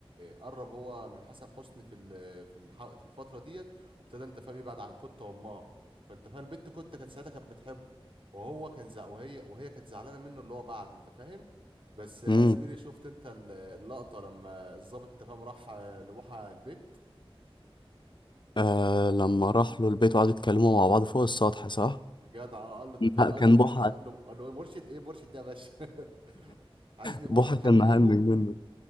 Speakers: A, on the right; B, on the left.
A: قرب هو من حسن حسني في ال- في الح- في الفتره ديت وابتدى انت فاهم يبعد عن كوتا وامها فانت فاهم البت كوتا كانت ساعتها كانت بتحبه وهو كان زع... وهي وهي كانت زعلانه منه اللي هو بعد انت فاهم بس آه،
B: امم
A: زميلي شفت انت ال- اللقطه لما الضابط انت فاهم راح آه، لبوحه البيت
B: آه لما راح له البيت وقعدوا يتكلموا مع بعض فوق السطح صح
A: جدع آه، قال له انت هتبقى
B: لا، كان
A: قد مرشد
B: بوحة
A: قال له قال له ايه مرشد ايه مرشد ده يا باشا <laughs> عايزني اوشك
B: بوحة كان
A: حد
B: مهنج
A: منهم
B: منه